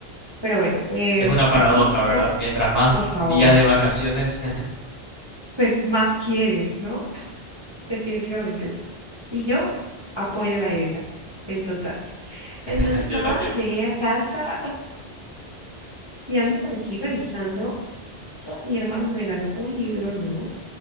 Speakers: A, on the right; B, on the left.
A: Pero bueno, eh,
B: Es una paradoja,
A: aquí estoy,
B: ¿verdad? Mientras más
A: por favor.
B: días de vacaciones,
A: Pues más quieres, ¿no? Definitivamente. Y yo apoyo la idea en total.
B: <laughs>
A: Entonces,
B: yo
A: nada,
B: también.
A: llegué a casa <laughs> y ando por aquí revisando que mi hermana me regaló un libro nuevo